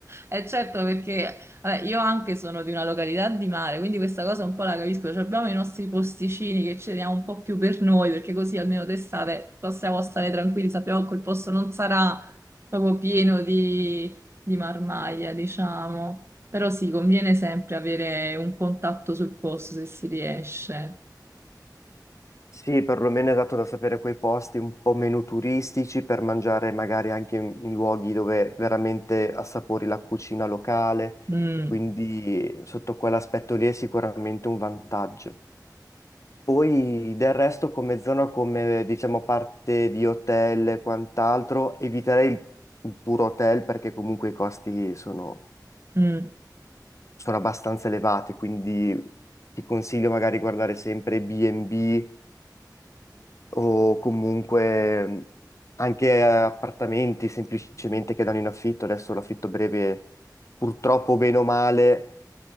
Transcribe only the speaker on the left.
Sì, perlomeno è dato da sapere quei posti un po' meno turistici per mangiare magari anche in, in luoghi dove veramente assapori la cucina locale,
quindi sotto quell'aspetto lì è sicuramente un vantaggio. Poi del resto come zona, come diciamo parte di hotel e quant'altro, eviterei il puro hotel perché comunque i costi sono,
sono abbastanza elevati, quindi ti consiglio magari guardare sempre B&B o comunque mh, anche appartamenti semplicemente che danno in affitto. Adesso l'affitto breve purtroppo bene o male